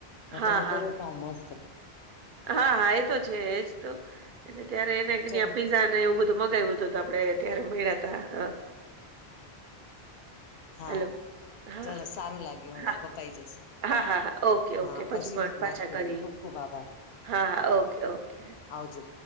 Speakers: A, on the left; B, on the right.
A: ન
B: હા
A: તો હું તો રોકાઉ મસ્ત.
B: હા હા એ તો છે એજ તો ત્યારે એને <unintelligible>
A: ચલો
B: પીઝા તો એવું બધું મગાવ્યું તું આપડે ત્યારે મળ્યા તા હા.
A: હા.
B: હલો હા
A: ચલો સારું લાગ્યું
B: હા
A: હવે કપાઈ જશે.
B: હા હા હા ઓકે
A: હા
B: ઓકે પછી પાછા
A: વાત
B: કરીએ.
A: ખુબ ખુબ આભાર
B: હા હા ઓકે ઓકે.
A: આવજો.